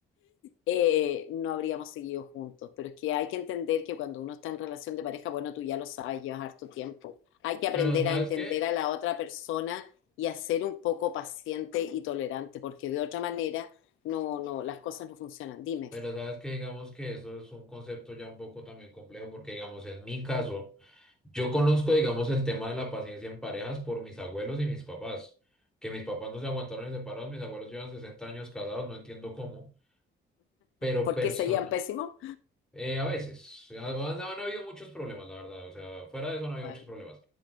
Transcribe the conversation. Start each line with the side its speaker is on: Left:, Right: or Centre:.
Left: eh, no habríamos seguido juntos. Pero es que hay que entender que cuando uno está en relación de pareja, bueno, tú ya lo sabes, llevas harto tiempo. Hay que aprender
Centre: pero ¿sabes
Left: a entender
Centre: qué?
Left: a la otra persona y a ser un poco paciente y tolerante, porque de otra manera no, no, las cosas no funcionan. Dime,
Centre: Pero sabes que digamos que eso es un concepto ya un poco también complejo, porque digamos, en mi caso, Yo conozco, digamos, el tema de la paciencia en parejas por mis abuelos y mis papás, que mis papás no se aguantaron y separados, mis abuelos llevan 60 años casados, no entiendo cómo, pero
Left: ¿por
Centre: persona,
Left: qué se llevan pésimo?
Centre: eh, a veces, ha- han, han habido muchos problemas, la verdad, o sea, fuera de eso no había
Left: Bueno.
Centre: muchos problemas,